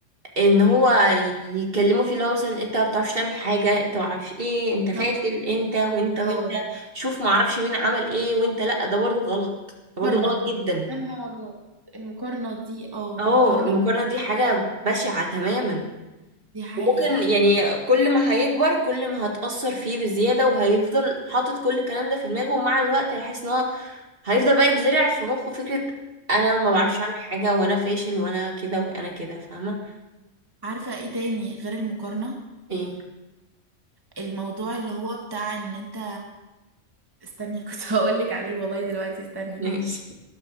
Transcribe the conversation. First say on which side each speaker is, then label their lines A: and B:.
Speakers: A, on the right; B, on the right.
A: ان هو يتكلموا فيه اللي هو مثلا انت ما بتعرفش تعمل حاجة انت ما اعرفش ايه انت فاشل
B: بالظبط
A: انت وانت وانت
B: اه
A: شوف ما اعرفش مين عمل ايه وانت لا ده برضو غلط ده
B: مقارنه
A: برضو غلط جدا
B: يا نهار ابيض المقارنه دي اه
A: اه
B: مقارنه
A: المقارنة
B: بجد
A: دي حاجة بشعة تماما
B: دي حقيقه
A: وممكن يعني كل ما هيكبر كل ما هتأثر فيه بزيادة وهيفضل حاطط كل الكلام ده في دماغه ومع الوقت هيحس ان هو هيفضل بقى يتزرع في مخه فكرة انا ما بعرفش
B: مم.
A: اعمل حاجة وانا فاشل وانا كده وانا كده فاهمة
B: عارفه ايه تاني غير المقارنه
A: ايه
B: الموضوع اللي هو بتاع ان انت استني <laughs> كنت هقول لك عليه والله دلوقتي استني
A: ماشي